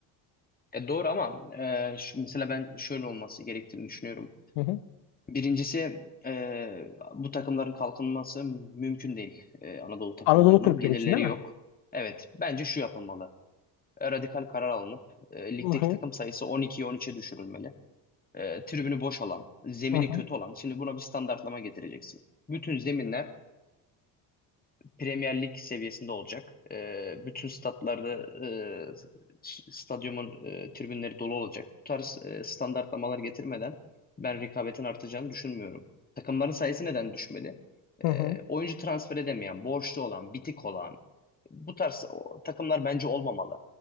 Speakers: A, on the left; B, on the left.
A: E, doğru ama e, şu, mesela ben şöyle olması gerektiğini düşünüyorum.
B: Hı hı.
A: Birincisi e, bu takımların kalkınması mümkün değil. E, Anadolu takımlarının
B: Anadolu kulüpleri
A: gelirleri
B: için değil
A: yok.
B: mi?
A: Evet, bence şu yapılmalı. E, Radikal karar alınıp e, ligdeki
B: Hı hı.
A: takım sayısı 12'ye 13'e düşürülmeli. E, tribünü boş alan, zemini
B: Hı hı.
A: kötü olan. Şimdi buna bir standartlama getireceksin. Bütün zeminler Premier Lig seviyesinde olacak. Ee, bütün statlarda e, s- stadyumun e, tribünleri dolu olacak. Bu tarz e, standartlamalar getirmeden ben rekabetin artacağını düşünmüyorum. Takımların sayısı neden düşmeli?
B: Hı
A: Ee,
B: hı.
A: oyuncu transfer edemeyen, borçlu olan, bitik olan bu tarz o- takımlar bence olmamalı.